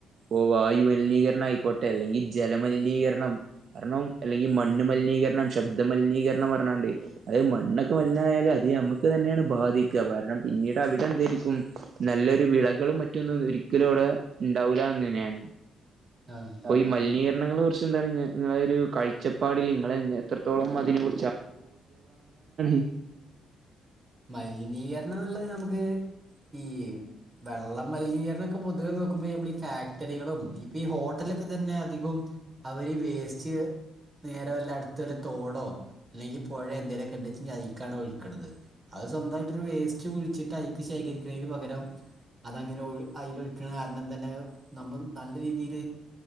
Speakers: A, on the right (about 60°); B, on the right (about 35°).
A: ഓ വായുമലിനീകരണായിക്കോട്ടെ അല്ലെങ്കി ജലമലിനീകരണം കാരണം അല്ലെങ്കിൽ
B: ഉം.
A: മണ്ണ് മലിനീകരണം ശബ്ദ മലിനീകരണം പർഞ്ഞാണ്ട് അത് മണ്ണൊക്കെ മലിനായാലും അത് നമ്മക്ക് തന്നെയാണ് ബാധിക്കുക കാരണം പിന്നീട് അവിടെ എന്തായിരിക്കും നല്ലൊരു വിളകളും മറ്റൊന്നും ഒരിക്കലും അവിടെ ഉണ്ടാവൂല എന്ന് തന്നെയാണ്
B: ആഹ്
A: അപ്പ മലിനീകരണങ്ങളെ കുറിച്ച് എന്താണ് നിങ്ങളെ ഒരു കാഴ്ചപ്പാടിൽ നിങ്ങളെ എത്രത്തോളം അതിനെരു <unintelligible>
B: മലിനീകരണം എന്നുള്ളത് നമുക്ക് ഈ വെള്ള മലിനീകരണം ഒക്കെ പൊതുവെ നോക്കുമ്പോ നമ്മൾ ഈ ഫാക്ടറികളും ഈ ഹോട്ടലൊക്കെ തന്നെ അധികം അവര് ഈ വേസ്റ്റ് നേരെ വല്ല അടുത്ത വല്ല തോടോ അല്ലെങ്കിൽ പുഴ എന്തേങ്കലുക്കെ ഇണ്ടെങ്കിൽ അതിക്കാണ് ഒഴിക്കണത് അത് സ്വന്തമായിട്ടൊരു വേസ്റ്റ് കുഴിച്ചിട്ട് ഐക്ക് ശേഖരിക്ക്‌ണതിന് പകരം അതങ്ങനെ ഒഴു അതിൽ ഒഴിക്കണ കാരണം തന്നെ നമ്മ നല്ല രീതിൽ